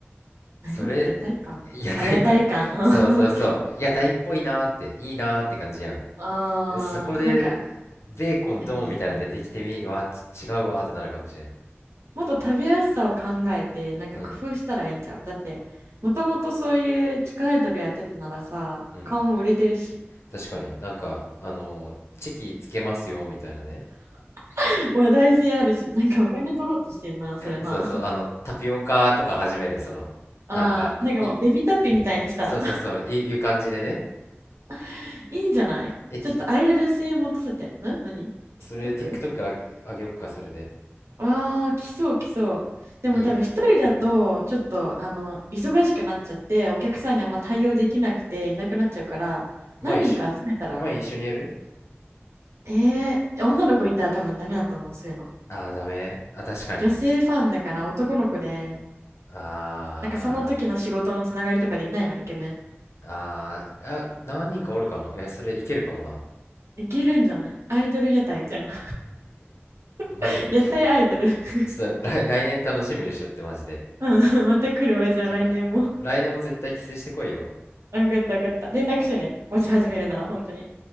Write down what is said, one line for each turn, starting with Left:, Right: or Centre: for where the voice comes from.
Right: 何屋台館あ、
Left: それ、屋台感、
Right: 屋台館。
Left: <laughs>
Right: <laughs> あ
Left: そうそうそう、屋台っぽいなーって、いいなーって感じや
Right: あ、
Left: ん。そこで、
Right: なんか、
Left: ベーコンドンみたいな出てきてみ、
Right: えー
Left: わ、ち違うわーってなるかもしれん。
Right: もっと食べやすさを考えて、なんか工夫したらいいんちゃうだって、
Left: うん、
Right: もともとそういう地下アイドルやってたならさ、
Left: うん。
Right: 顔も売れてるし、
Left: 確かに、なんか、あのーチキつけますよ、みたいなね。
Right: <laughs> 話題性あるし、なんかお金取ろうとしてんな、それな。
Left: そうそう、あの、タピオカとか始める、その、
Right: ああ、
Left: なんか、
Right: なんかもうベビータッピーみたいにしたら。
Left: い、そうそうそう、いいう感じでね。
Right: <laughs> いいんじゃないちょっとアイドル性持たせて。
Left: え、ティ、
Right: な何
Left: それ
Right: ?TikTok?
Left: TikTok あげ、あげよっか、それで。
Right: ああ、来そう来そう。でも多分一人だと、
Left: いいね。
Right: ちょっと、あの、忙しくなっちゃって、お客さんにあんま対応できなくていなくなっちゃうから、
Left: まあ一緒、
Right: 何人か集めたら
Left: まあ一緒にやる
Right: えー、女の子いたら多分ダメだと思う、そういうの。
Left: ああー、ダメあ、確かに。
Right: 女性ファンだから男の子で、
Left: あ
Right: なんかその時の仕事のつながりとかでいないの、イケメン。
Left: ー、あー、あ、何人かおるかも。え、それいけるかもな。
Right: いけるんじゃないアイドル屋台みたいな。<laughs>
Left: マジで。
Right: 屋台アイドル。<laughs>
Left: ちょっと来、来年楽しみにしとって、マジで。
Right: うん、また来るわ、じゃあ来年も。
Left: ちょっと、来年も絶対帰省してこいよ。
Right: あよかったよかった。連絡してね。もし始めるなら、
Left: うん。
Right: 本当に。